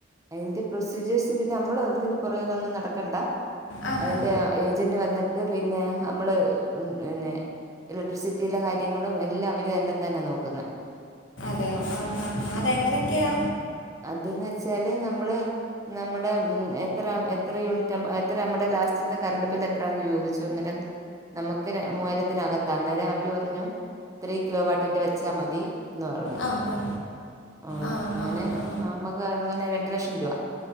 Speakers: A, on the right (about 20°); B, on the left (about 85°).
A: അതിന്റെ പ്രൊസീജിയേഴ്സ് പിന്നെ നമ്മള് ഇതിൻ്റെ പുറകിലൊന്നും നടക്കണ്ട
B: ആ ഹാ
A: അതിന്റെ ഏജന്റ് വന്നി പിന്നെ നമ്മള് പിന്നെ ഇലക്ട്രിസിറ്റിയിലെ കാര്യങ്ങളും എല്ലാം അവര് തന്നെ തന്നാ നോക്കുന്നെ
B: അതേയോ ആഹ് ആഹ് അതെങ്ങനെയൊക്കെയാ
A: അതന്ന് വെച്ചാല് നമ്മള് നമ്മടെ എത്ര എത്ര യൂണിറ്റ് എത്ര നമ്മുടെ ലാസ്റ്റത്തെ കറണ്ട് ബില്ല്എത്രാന്ന് ചോദിച്ചു അന്നേരം നമുക്ക് മൂവായിരത്തിനകത്താ അന്നേരം അവര് പറഞ്ഞു ത്രി കിലോവാട്ടിന്റെ വെച്ചാ മതി ന്ന് പറഞ്ഞു
B: ആ ഹാ
A: ആഹ്
B: ആ
A: അങ്ങനെ
B: ആ ആ
A: അങ്ങനെ രണ്ടു ലക്ഷം രൂപ